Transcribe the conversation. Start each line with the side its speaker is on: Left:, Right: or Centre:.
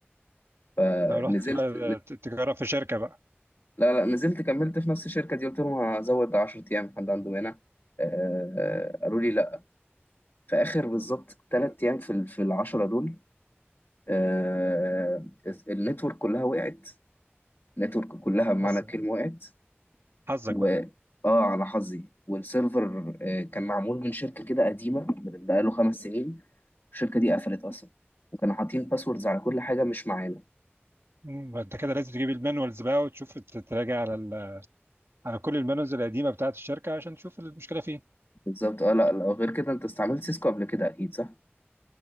Left: فنزلت
Right: رحت بقى ت- تجرب في شركه بقى
Left: لا لا نزلت كملت في نفس الشركه دي قلت لهم هزود 10 ايام حد عنده هنا آه، قالوا لي لا في اخر بالظبط ثلاث ايام في ال- في العشره دول آه، النتورك كلها وقعت النتورك كلها بمعنى
Right: حظك
Left: الكلمه وقعت
Right: حظك
Left: و
Right: بقى
Left: اه على حظي والسيرفر آه، كان معمول من شركة كده قديمة من بقاله خمس سنين الشركة دي قفلت أصلا وكانوا حاطين باسوردز على كل حاجة مش معانا
Right: مم. انت كده لازم تجيب المانوالز بقى وتشوف ت- تراجع على ال... على كل المانوالز القديمه بتاعت الشركه عشان تشوف المشكله فين
Left: بالظبط اه لا لا غير كده انت استعملت سيسكو قبل كده أكيد صح